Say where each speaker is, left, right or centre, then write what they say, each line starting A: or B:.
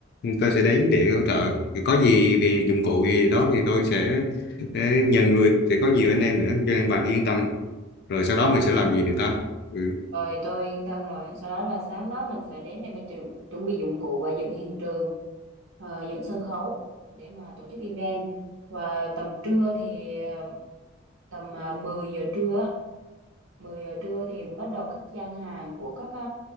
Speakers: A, on the left; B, on the right.
A: tôi sẽ đến để hỗ trợ thì có gì về dụng cụ gì đó thì tôi sẽ, sẽ nhờ người sẽ có nhiều anh em nữa cho nên bà cứ yên tâm rồi sau đó
B: rồi
A: mình sẽ làm gì nữa ta ừ.
B: Rồi tôi yên tâm rồi. Sau đó là sáng đó mình sẽ đến để mà chuẩn, chuẩn bị dụng cụ và dựng hiện trường, ờ, dựng sân khấu để mà tổ chức event. Và tầm trưa thì ờ, tầm ờ, 10 giờ trưa, á, 10 giờ trưa thì bắt đầu các gian hàng của các ờ,